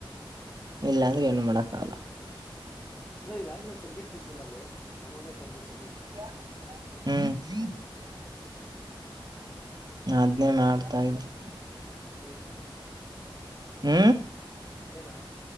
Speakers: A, on the right; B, on the left.
A: <inaudible> ಇಲ್ಲಾಂದ್ರೆ ಏನು ಮಾಡಕ್ಕಾಗಲ್ಲ.
B: ಲೊ ಇದ ಆದ್ಮೇಲೆ ಸಬ್ಮಿಟ್ ಕೊಟ್ಬಿಡು ಅಲ್ಲಿ ಒಂದೊಂದೇ ಕೊಟ್ಬಿಡು ಸಬ್ಮಿಟ್.
A: <unintelligible> ಹ್ಮ್.
B: ಹ್ಮಾ <unintelligible>
A: ನಾ ಅದ್ನೇ ಮಾಡ್ತಾ ಇದ್ದೆ.
B: ಸರಿ ಇಡ್ಲ್ಲಾ
A: ಹ್ಮ
B: ಇಲ್ಲೇನಾ